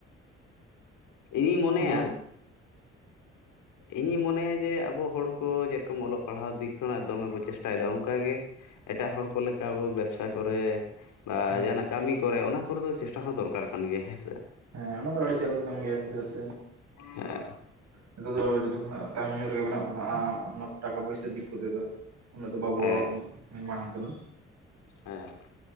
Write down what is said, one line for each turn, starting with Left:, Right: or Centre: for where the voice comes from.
Left: ᱤᱧᱤᱧ ᱢᱚᱱᱮᱭᱟ
Right: ᱦᱮᱸ
Left: ᱤᱧᱤ ᱢᱚᱱᱮᱭᱟ ᱡᱮ ᱟᱵᱚ ᱦᱚᱲ ᱠᱚ ᱡᱮ ᱨᱚᱠᱚᱢ ᱚᱞᱚᱜ ᱯᱟᱲᱦᱟᱣ ᱫᱤᱠ ᱠᱷᱚᱱᱟᱜ ᱫᱚᱢᱮᱹᱵᱚ ᱪᱮᱥᱴᱟᱭᱮᱫᱟ ᱚᱱᱠᱟᱜᱮ ᱮᱴᱟᱜ ᱦᱚᱲ ᱠᱚ ᱞᱮᱠᱟ ᱟᱵᱚ ᱵᱮᱵᱽᱥᱟ ᱠᱚᱨᱮ ᱵᱟ
Right: ᱦᱮᱸ
Left: ᱡᱟᱦᱟᱱᱟᱜ ᱠᱟᱹᱢᱤ ᱠᱚᱨᱮ ᱚᱱᱟ ᱠᱚᱨᱮ ᱫᱚ ᱪᱮᱥᱴᱟ ᱦᱚᱸ ᱫᱚᱨᱠᱟᱨ ᱠᱟᱱ ᱜᱮᱭᱟ ᱦᱮᱸᱥᱮ
Right: ᱦᱮᱸ, ᱚᱱᱟ ᱫᱚ ᱟᱹᱰᱤ ᱡᱟᱹᱨᱩᱲ ᱠᱟᱱ ᱜᱮᱭᱟ ᱪᱮᱥᱮ
Left: ᱮᱜ ᱾
Right: ᱱᱤᱛᱚ ᱫᱚ ᱡᱚᱛᱚ ᱠᱷᱚᱱᱟᱜ ᱛᱟᱭᱚᱢ ᱧᱚᱜ ᱨᱮᱜᱮ ᱢᱮᱱᱟᱜ ᱵᱚᱱᱟ ᱚᱱᱟ ᱴᱟᱠᱟ ᱯᱩᱭᱥᱟᱹ ᱫᱤᱠ ᱠᱚ ᱛᱮᱫᱚ ᱾ ᱩᱱᱟᱹᱜ ᱫᱚ ᱵᱟᱵᱚ
Left: ᱦᱮᱸ
Right: ᱢᱟᱲᱟᱝ ᱠᱟᱱᱟ
Left: ᱦᱮᱸ